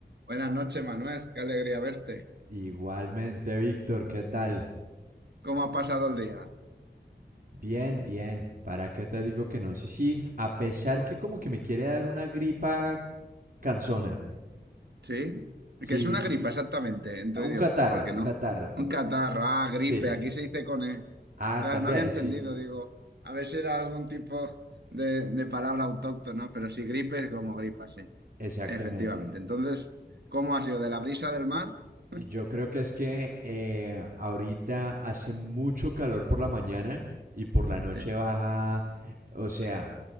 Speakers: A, on the right (about 65°); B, on the right (about 50°).
A: Buenas noches, Manuel. Qué alegría verte.
B: Igualmente, Víctor, ¿qué tal?
A: ¿Cómo ha pasado el día?
B: Bien, bien. ¿Para qué te digo que no? Sí, sí, a pesar que como que me quiere dar una gripa canzona.
A: ¿Sí?
B: Sí,
A: Que es una
B: sí.
A: gripa, exactamente, en tu idioma,
B: Un catarro,
A: porque no.
B: catarro.
A: Un catarro, ah,
B: Sí.
A: gripe, aquí se dice con E.
B: Ah,
A: Claro,
B: también,
A: no había entendido,
B: sí.
A: digo. A ver si era algún tipo de, de palabra autóctona, pero si gripe es como gripa, sí,
B: Exactamente.
A: efectivamente. Entonces, ¿cómo ha sido? ¿De la brisa del mar? <laughs>
B: Y Yo creo que es que eh, ahorita hace mucho calor por la mañana y por la noche
A: Sí,
B: baja, o sea,